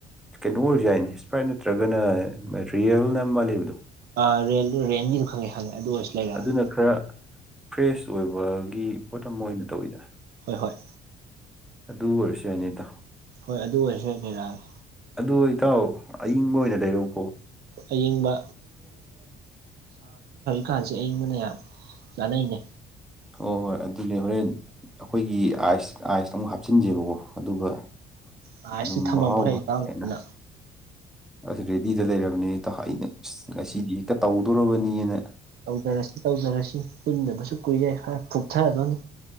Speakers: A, in the centre; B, on the right (about 70°).
A: ꯀꯩꯅꯣ ꯑꯣꯏꯔꯁꯨ ꯌꯥꯏꯅꯦ ꯏꯁꯄ꯭ꯔꯥꯏꯠ ꯅꯠꯇ꯭ꯔꯒꯅ ꯔꯤꯌꯦꯜꯅ ꯑꯃ ꯂꯩꯕꯗꯣ
B: ꯑ ꯔꯦꯟ ꯔꯦꯟꯒꯤꯗꯨ ꯈꯪꯉꯦ ꯈꯪꯉꯦ ꯑꯗꯨ ꯑꯣꯏꯔꯁꯨ ꯂꯩꯔꯛꯑꯒꯦ
A: ꯑꯗꯨꯅ ꯈꯔ ꯐ꯭ꯔꯦꯁ ꯑꯣꯏꯕꯒꯤ ꯄꯣꯠ ꯑꯃ ꯑꯣꯏꯅ ꯇꯧꯋꯤꯗ
B: ꯍꯣꯏ ꯍꯣꯏ ꯍꯣꯏ
A: ꯑꯗꯨ ꯑꯣꯏꯔꯁꯨ ꯌꯥꯏꯅꯦ ꯏꯇꯥꯎ
B: ꯍꯣꯏ ꯑꯗꯨ ꯑꯣꯏꯔꯁꯨ ꯑꯣꯏ ꯂꯩꯔꯛꯑꯒꯦ
A: ꯑꯗꯨ ꯏꯇꯥꯎ ꯑꯌꯤꯡꯕ ꯑꯣꯏꯅ ꯂꯩꯔꯛꯎꯀꯣ
B: ꯑꯌꯤꯡꯕ ꯀꯥꯟꯁꯦ ꯑꯌꯤꯡꯕꯅ ꯌꯥꯝ ꯆꯥꯅꯩꯅꯦ
A: ꯑꯣ ꯍꯣꯏ ꯑꯗꯨꯅꯦ ꯍꯣꯔꯦꯟ ꯑꯩꯈꯣꯏꯒꯤ ꯑꯥꯏꯁ ꯑꯥꯏꯁ ꯑꯃꯨꯛ ꯍꯥꯞꯆꯤꯟꯁꯦꯕꯀꯣ ꯑꯗꯨꯒ
B: ꯑꯥꯏꯁꯇ
A: ꯑꯗꯨꯝ
B: ꯊꯝꯃꯝꯃꯣ
A: ꯃꯍꯥꯎꯕ
B: ꯍꯦ ꯏꯇꯥꯎꯗꯨꯅ
A: ꯍꯦꯟꯅ ꯑꯁ ꯔꯦꯗꯤꯗ ꯂꯩꯔꯕꯅꯦ ꯑꯩꯅ ꯑ ꯉꯁꯤꯗꯤ ꯍꯦꯛꯇ ꯇꯧꯗꯣꯔꯕꯅꯤꯅ
B: ꯇꯧꯗꯔꯁꯤ ꯇꯧꯗꯔꯁꯤ ꯄꯨꯟꯗꯕꯁꯨ ꯀꯨꯏꯔꯦ ꯍꯣꯔꯦꯟ ꯐꯣꯛꯊꯗꯣꯏꯅꯤ